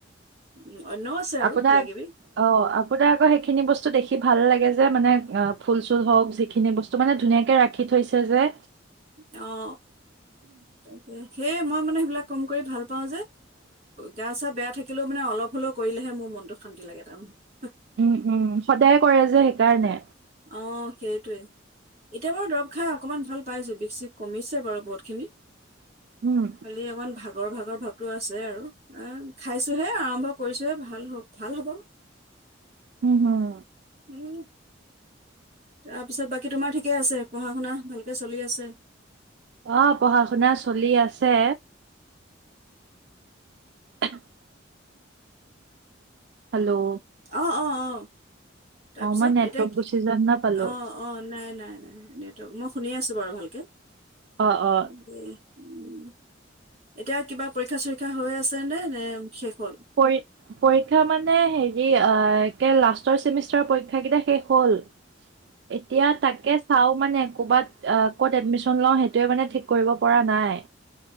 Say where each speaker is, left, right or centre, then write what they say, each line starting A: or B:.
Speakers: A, on the right; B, on the right.
A: উম অন্যও আছে। আৰু
B: আপোনাৰ
A: কিবা কিবি
B: অ আপোনাৰ আকৌ সেইখিনি বস্তু দেখি ভাল লাগে যে মানে অ ফুল চুল হওক যিখিনি বস্তু টো মানে ধুনীয়াকে ৰাখি থৈছে যে।
A: অ অ তাকে সেয়ে মই মানে সেইবিলাক কম কৰি ভাল পাও গা চা বেয়া থাকিলেও মানে অলপ হলেও কৰিলেহে মোৰ মনটো শান্তি লাগে তাৰমানে
B: উম উম সদায় কৰে যে সেইকাৰণে
A: অ সেইটোৱে এতিয়া বাৰু দৰৱ খাই অকমান ভাল পাইছো বিষ চিষ কমিছে বাৰু বহুত খিনি
B: উম
A: খালি অকমান ভাগৰ ভাগৰ ভাৱটো আছে আৰু খাইছোঁহে আৰম্ভ কৰিছোঁহে ভাল হক ভাল হ'ব।
B: উম হুম
A: উম, তাৰপিছত বাকী তোমাৰ ঠিকে আছে পঢ়া শুনা ভালকে চলি আছে?
B: অ', পঢ়া শুনা চলি আছে। <inaudible> হেল্ল'
A: অ', অ', অ', তাৰপিছত
B: অ মই নেটৱৰ্ক
A: এতিয়া কি
B: গুচি যোৱা নিচিনা পালো
A: অ', অ' নাই - নাই - নাই, নেটৱৰ্ক মই শুনি আছোঁ বাৰু ভালকে।
B: অ অ
A: উম, এতিয়া কিবা পৰীক্ষা চৰীক্ষা হৈ আছেনে নে শেষ হ'ল?
B: পঢ়ি পৰীক্ষা মানে হেৰি আ, কে লাষ্টৰ চেমিষ্টাৰ পৰীক্ষা কেইটা শেষ হ'ল।
A: <inaudible>
B: এতিয়া তাকে চাও মানে ক'বাত আ, ক'ত এডমিচন লওঁ সেইটোয়ে মানে ঠিক কৰিব পৰা নাই।